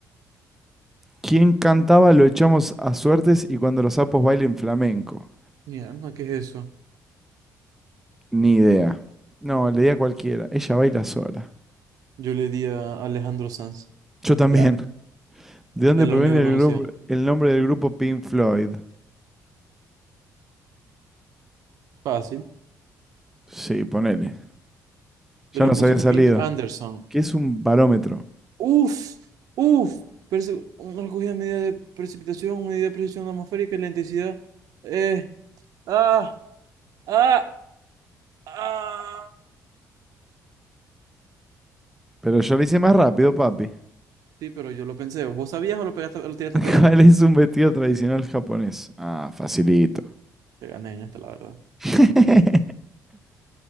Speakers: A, in the centre; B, on the right (about 65°).
A: ¿Quién cantaba Lo echamos a suertes y cuando los sapos bailen flamenco?
B: Mi alma, ¿qué es eso?
A: Ni idea. No, le di a cualquiera. Ella baila sola.
B: Yo le di a Alejandro Sanz.
A: Yo también.
B: Da,
A: ¿De dónde
B: es
A: proviene
B: lo único que
A: el,
B: conocía.
A: grupo, el nombre del grupo Pink Floyd?
B: Fácil.
A: Sí, ponele. Ya
B: De los
A: nos
B: músicos
A: había salido.
B: Pink Anderson.
A: ¿Qué es un barómetro?
B: Uf, uf. Perci- Una recogida de medida de precipitación, medida de precisión atmosférica y la intensidad. Eh, ah, ah, ah.
A: Pero yo lo hice más rápido, papi.
B: Sí, pero yo lo pensé. ¿Vos sabías o lo pegaste, lo tiraste
A: <laughs>
B: a pegar?
A: ¿Cuál es un vestido tradicional japonés? Ah, facilito.
B: Te gané en esta, la verdad.
A: <laughs>